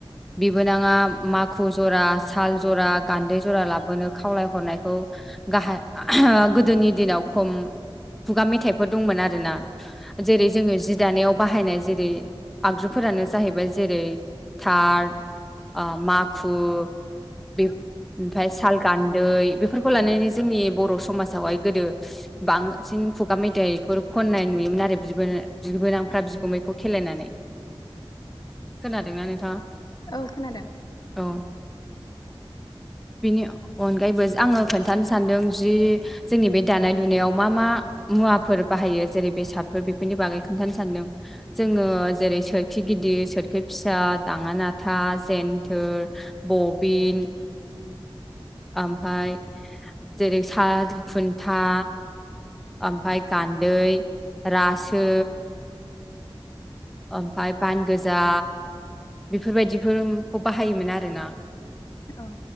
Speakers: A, in the centre; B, on the left.
A: बिबोनाङा माखु जरा साल जरा गान्दै जारा जुरा लाबोनो खावलायहरनायखौ गाहाय गोदोनि दिनाव खम खुगा मेथाइफोर दंमोन आरो ना जेरै जोङो जि दानायाव बाहायनाय जेरै आगजुफोरानो जाहैबाय जेरै थार माखु दे ओमफाय साल गान्दै बेफोरखौ लानानै जोंनि बर' समाजावहाय गोदो बांसिन खुगा मेथाइफोर खननाय नुयोमोन आरो बिबोनांफोरा बिगोमैखौ बिगुमैखौ खेलायनानै
B: <inaudible>
A: खोनादोंना नोंथाङा
B: औ खोनादों
A: औ बेनि अनगायैबो आङो खोन्थानो सानदों जि जोंनि बे दानाय लुनायाव मा मा मुवाफोर बाहायो जेरै बेसादफोर बेफोरनि बागै खोन्थानो सानदों जोङो जेरै सोरखि गिदिर सोरखि फिसा दाङा नाथा जन्थोर बबिन ओमफाय जेरै साल खुन्था ओमफाय गान्दै रासो ओमफाय बान गोजा बेफोरबायदिफोरखौ बाहायोमोन आरोना
B: औ